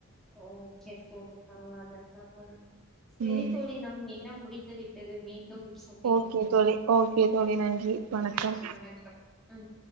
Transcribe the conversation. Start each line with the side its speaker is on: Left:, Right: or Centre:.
Centre: ஓகே தோழி பரவால்ல பரவால்ல செரி
Right: ம்
Centre: தோழி நம் நேரம் முடிந்துவிட்டது மீண்டும் சந்திபோம்
Right: ஓகே
Centre: தோழி
Right: ஓகே தோழி நன்றி வணக்கம்
Centre: நன்றி வணக்கம் ம்